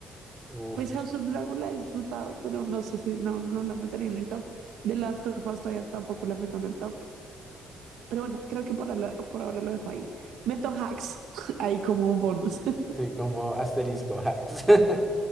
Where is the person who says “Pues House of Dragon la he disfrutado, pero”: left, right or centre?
Right